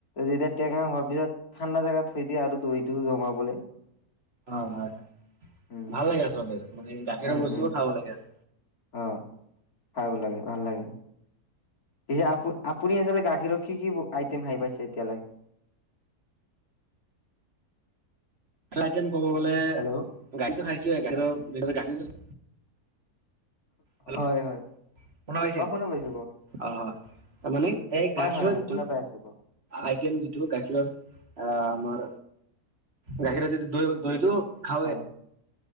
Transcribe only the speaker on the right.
অ হয় হয়,
ভাল লাগে আচলতে মানে গাখীৰৰ
বস্তুবোৰ
খাব লাগে আৰু
আইটেম ক'ব গলে
গাখীৰটো খাইছোৱে গাখীৰৰ গাখীৰ হেল্ল'
শুনা পাইছে?
অ। তাৰ মানে এই
গাখীৰৰ
যিটো
আইটেম যিটো গাখীৰৰ আহ আমাৰ গাখীৰীৰ য দৈ দৈটো, খাওঁৱে